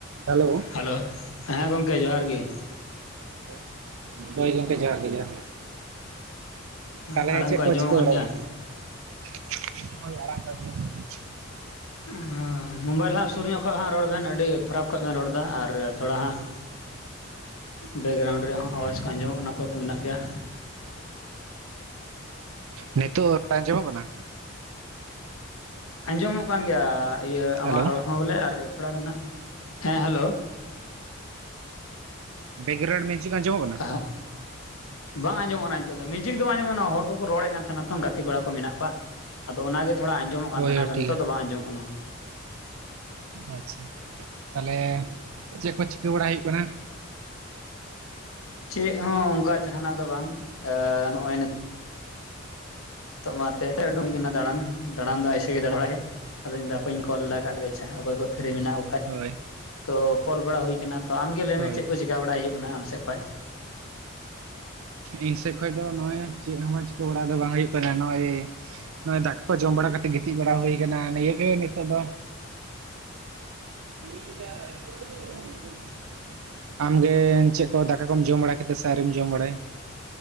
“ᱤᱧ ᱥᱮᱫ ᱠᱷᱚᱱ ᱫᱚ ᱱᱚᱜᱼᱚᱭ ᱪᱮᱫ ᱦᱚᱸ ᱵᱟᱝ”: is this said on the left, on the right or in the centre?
Right